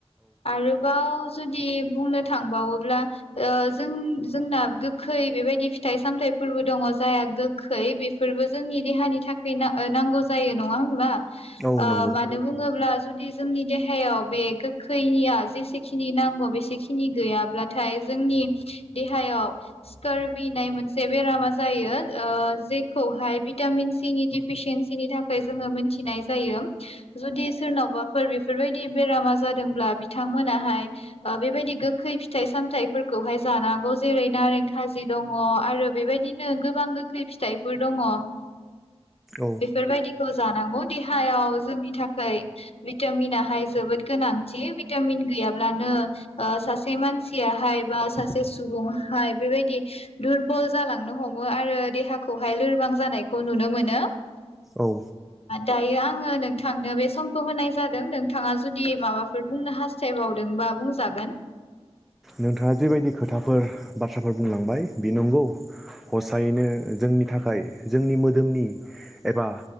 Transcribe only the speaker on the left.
आरोबाव जुदि बुंनो थांबावोब्ला ओ जों जोंना गोखै बेबायदि फिथाइ सामथाइफोरबो दङ जायहा गोखै फोरबो जोंनि देहानि थाखाय नांगौ जायो नङा होनबा
मानो बुङोब जुदि जोंनि देहायाव बे गोखैनिया जेसेखिनि नांगौ बेसेखिनि गैयाब्लाथ नाथाय जोंनि देहायाव स्कारबिनाय मोनसे बेरामा जायो। खौहाय भिटामिन सि नि डिफिसिन्सिनि थाखाय जोङो मिथिनाय जायो जुदि सोरनाव माबाफोर बेफोरबायदि बेरामा जादोंब्ला बिथांमोनाहाय बेबायदि गोखै फिथाइ सामथाइ फोरखौहाय जानांगौ जेरै नारें खाजि दङ आरो बेबायदिनो गोबां गोखै फिथाइ दङ
बेफोरबायदि जानांगौ देहायाव जोंनि थाखाय भिटामिनाहाय जोबोद गोनांथि भिटामिन गैयाब्लानो सासे मानसियाहाय बा सासे सुबुङाहाय बेबायदि दुरबल जालांनो हमो आरो देहा खौहाय लोरबां जानायखौ नुनो मोनो
दायो आङो नोंथांनो बे समखौ होनाय जादों नोंथाङा जुदि माबाफोर बुंनो हास्थायबावदोंबा बाबु जागोन